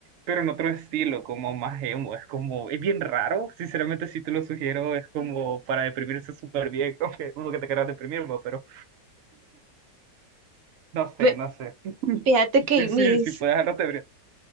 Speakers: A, on the right; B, on the right.
A: pero en otro estilo, como más emo, es como, es bien raro, sinceramente si te lo sugiero, es como para deprimirse súper bien, como que uno que te quieras deprimir, ¿no? pero no sé,
B: Ve-
A: no sé,
B: Fíjate que
A: Yo
B: mis...
A: sí, sí puedes dejarlo te